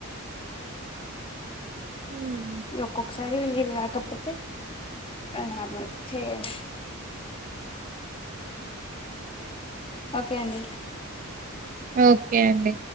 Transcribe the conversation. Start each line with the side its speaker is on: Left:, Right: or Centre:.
Right: హ
Left: ఒక్కొక్కసారి రాకపోతే <unintelligible> ఓకే అండి
Right: ఓకే అండి